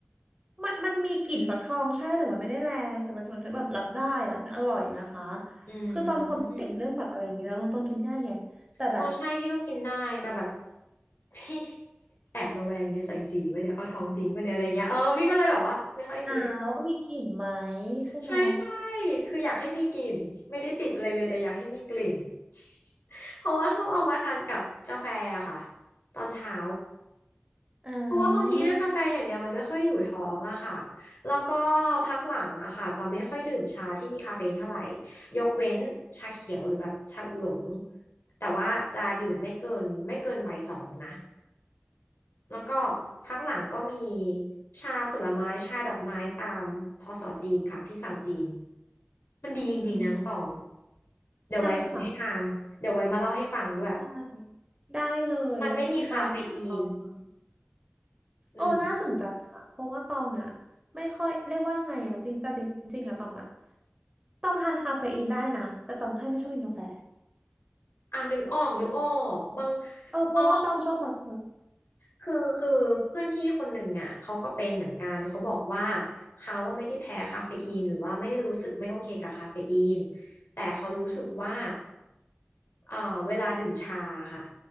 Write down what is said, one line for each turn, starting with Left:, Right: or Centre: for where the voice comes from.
Right: มันมันมีกลิ่นฟักทองใช่แต่มันไม่ได้แรง แต่มันฟังถึงแบบรับได้อ่ะมันอร่อยนะคะ
Left: อืม
Right: คือตองเป็นคนไม่ติดเรื่องแบบอะไรอย่างนี้ยแล้วตองกินง่ายไง แต่แบบ
Left: เออใช่พี่ก็กินได้แต่แบบ <laughs> พี่แอบระแวงเนี่ยใส่สีไปเนี่ยวฟักทองจริงปะเนี่ยอะไรเงี้ยเออพี่ก็เลยแบบว่าไม่ค่อยซื้อ
Right: อ่าว่ามีกลิ่นไหมใช่ไหม
Left: ใช่ใช่คืออยากให้มีกลิ่นไม่ได้ติดอะไรเลยแต่อยากให้มีกลิ่น <laughs> เพราะว่าชอบเอามาทานกับกาแฟอะค่ะ
Right: อืม
Left: ตอนเช้า
Right: อ่
Left: เพราะว่าบางทีถ้ากาแฟอย่างเดียวมันไม่ค่อยอยู่ท้องอะค่ะ
Right: า
Left: แล้วก็พักหลังอะค่ะจะไม่ค่อยดื่มชาที่มีคาเฟอีนเท่าไหร่ยกเว้นชาเขียวหรือแบบชาอูหลงแต่ว่าจะดื่มไม่เกินไม่เกินบ่ายสองนะ แล้วก็พักหลังก็มีชาผลไม้ชาดอกไม้ตามพศจีนค่ะพี่สาวจีนมันดีจริงๆนะน้องตอง
Right: อืม
Left: เดี๋ยวไว้ส่งให้ทานเดี๋ยวไว้มาเล่าให้ฟังด้วย
Right: ใช่ค่ะใช่ได้เลยคือตองลองฟัง
Left: มันไม่มีคาเฟอีนอืม
Right: เออน่าสนใจค่ะเพราะว่าตองอ่ะไม่ค่อยเรียกว่าไงอ่ะจริงแต่จริงๆอ่ะตองอ่ะตองทานคาเฟอีนได้นะแต่ตองแค่ไม่ชอบกินกาแฟ
Left: อ่านึกออกนึกออกบาง
Right: เออเพราะว่าตองชอบมัทฉะ
Left: อ๋อ คือคือเพื่อนพี่คนหนึ่งอ่ะเขาก็เป็นเหมือนกันเขาบอกว่าเขาว่าไม่ได้แพ้คาเฟอีนหรือว่าไม่ได้รู้สึกไม่โอเคกับคาเฟอีนแต่เขารู้สึกว่าเอ่อเวลาดื่มชาค่ะ